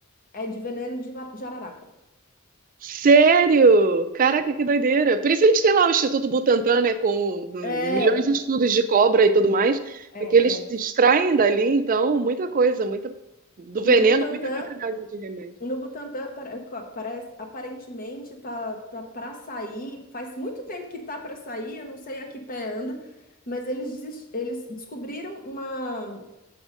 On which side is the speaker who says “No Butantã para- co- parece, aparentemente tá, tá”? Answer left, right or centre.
Left